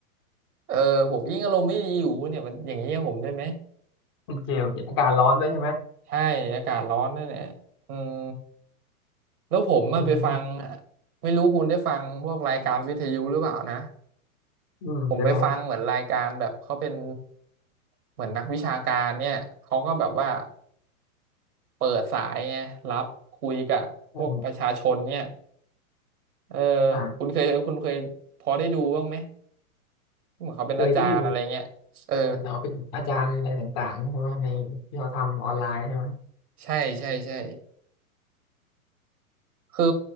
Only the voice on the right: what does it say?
เออผมยิ่งอารมณ์ไม่ดีอยู่เนี่ยมันอย่างนี้กับผมได้ไหม
ใช่อากาศร้อนด้วยเนี่ยอืมแล้วผมมาไปฟัง
ไม่รู้คุณได้ฟังพวกรายการวิทยุหรือเปล่านะ
ผมไปฟังเหมือนรายการแบบเขาเป็นเหมือนนักวิชาการเนี่ยเขาก็แบบว่าเปิดสายไงรับคุยกับพวกประชาชนเนี่ย
เออ
คุณเคยคุณเคยพอได้ดูบ้างไหมเหมือนเขาเป็นอาจารย์อะไรเงี้ยเออ
ใช่ใช่ใช่ คือ